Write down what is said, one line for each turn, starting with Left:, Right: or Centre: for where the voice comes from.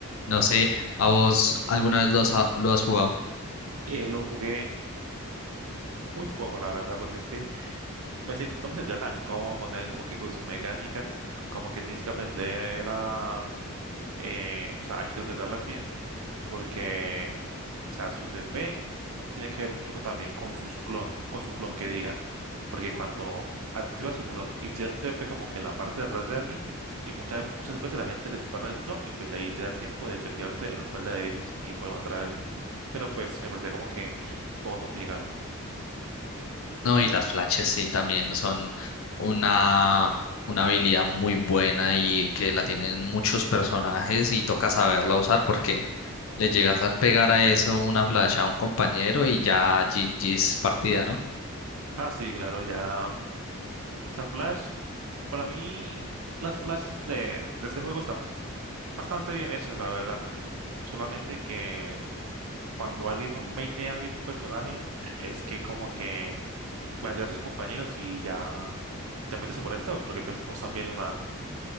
Left: No sé, ¿a vos alguna vez lo has, lo has jugado?
Right: Eh, lo jugué Muy poco, la verdad, porque es que me sien- no me sentía tan cómodo con él, como que con sus mecánicas, como que tienes que aprender a, eh, o sea, a interpretarlas bien, porque, o sea, su TP tiene que ver mucho co- también con sus clon, con su clon que diga, porque cuando activa su clon y tiras un TP como que en la parte de atrás de alguien, y muchas, muchas veces la gente le dispara el clon y pues ahí te da tiempo de tepearte en la espalda de ellos y poder matar a alguien, pero pues me parecía como que un poco complicado.
Left: No, y las flashes sí también son una, una habilidad muy buena y que la tienen muchos personajes y toca saberla usar porque le llegas a pegar a eso una flash a un compañero y ya GG's partida, ¿no?
Right: Ah, sí, claro, ya. sea, Flash, para mí las flashes de, de este juego están bastante bien hechas, la verdad. Solamente que cuando alguien no mainea bien un personaje, es que como que flashea a sus compañeros y ya te metes a morir todos, porque pues no están viendo nada.